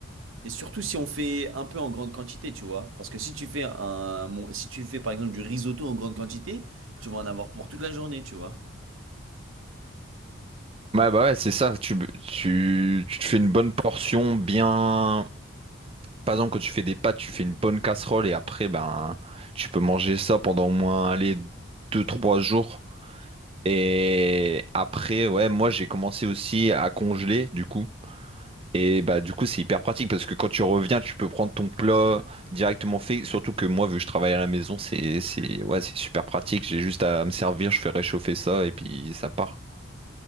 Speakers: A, on the right (about 75°); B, on the right (about 25°).
A: Et surtout si on fait un peu en grande quantité, tu vois. Parce que si tu fais un, mon- si tu fais par exemple du risotto en grande quantité, tu vas en avoir pour toute la journée, tu vois.
B: Ouais, bah ouais, c'est ça. Tu, tu, tu te fais une bonne portion bien Par exemple, quand tu fais des pâtes, tu fais une bonne casserole et après, ben, tu peux manger ça pendant au moins, allez, deux trois jours. Et après, ouais, moi, j'ai commencé aussi à congeler, du coup. Et bah, du coup, c'est hyper pratique parce que quand tu reviens, tu peux prendre ton plat directement fait. Surtout que moi, vu que je travaille à la maison, c'est, c'est, ouais, c'est super pratique. J'ai juste à me servir, je fais réchauffer ça et puis ça part.